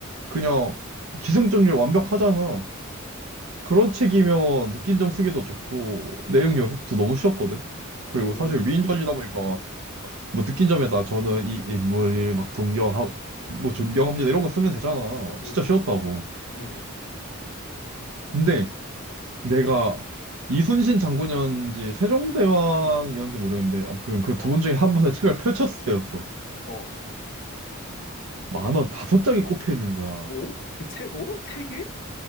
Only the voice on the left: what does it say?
응,
응,
응,
응,
어,
어.
오? 그 책, 오? 책이?